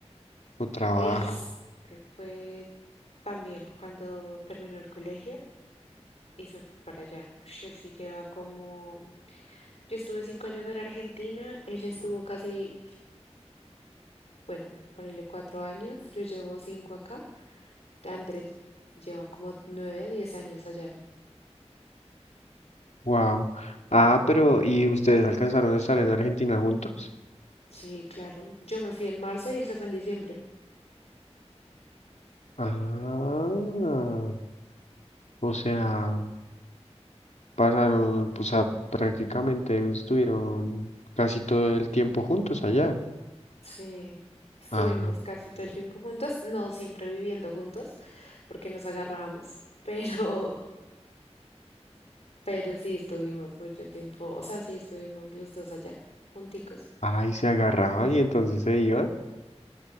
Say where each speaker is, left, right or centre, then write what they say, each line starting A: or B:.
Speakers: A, on the left; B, on the left.
A: o trabaja?
B: Él s- eh, fue también cuando terminó el colegio y se fue para allá. Ush, él sí lleva como... Yo estuve cinco años en Argentina, él estuvo casi, bueno, ponele cuatro años, yo llevo cinco acá. Andrés lleva como nueve, diez años allá.
A: Wow. Ah, pero ¿y ustedes alcanzaron a estar en Argentina juntos?
B: Sí, claro. Yo me fui en marzo y él se fue en diciembre.
A: Ah, o sea, pasaron, o sea, prácticamente estuvieron casi todo el tiempo juntos allá.
B: Sí, estuvimos
A: Ah,
B: casi todo el tiempo juntos, no siempre viviendo juntos, porque nos agarramos, <laughs> pero, pero sí estuvimos mucho tiempo, o sea, sí estuvimos los dos allá, junticos.
A: ay, se agarraban y entonces se iban.